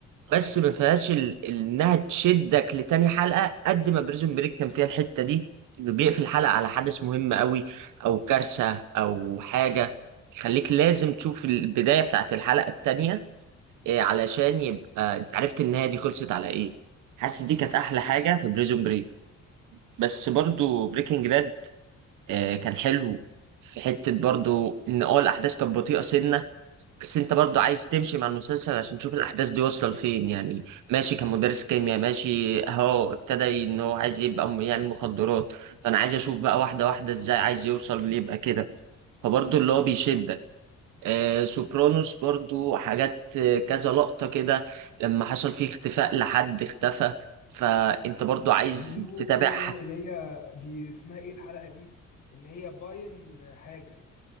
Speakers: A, on the right (about 90°); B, on the left (about 70°).
A: بس ما فيهاش ال- ال- انها تشدك لتاني حلقه قد ما بريزون بريك كان فيها الحته دي اللي بيقفل الحلقه على حدث مهم قوي او كارثه او حاجه يخليك لازم تشوف البدايه بتاعت الحلقه التانيه إيه، علشان يبقى انت عرفت النهايه دي خلصت على ايه حاسس دي كانت احلى حاجه في بريزون بريك بس برضو بريكنج باد آه، كان حلو في حتة برضو إن اه الأحداث كانت بطيئة سنة بس أنت برضو عايز تمشي مع المسلسل عشان تشوف الأحداث دي واصلة لفين يعني ماشي كان مدرس كيمياء ماشي أهو ابتدى إن هو عايز يبقى م- يعمل مخدرات فأنا عايز أشوف بقى واحدة واحدة إزاي عايز يوصل ليبقى كده فبرضو اللي هو بيشدك آه سوبرانوس برضو حاجات آه، كذا لقطة كده لما حصل فيه اختفاء لحد اختفى فأنت برضو عايز
B: ايوه
A: تتابع ح-
B: اللي هي دي اسمها ايه الحلقه دي اللي هي باين حاجه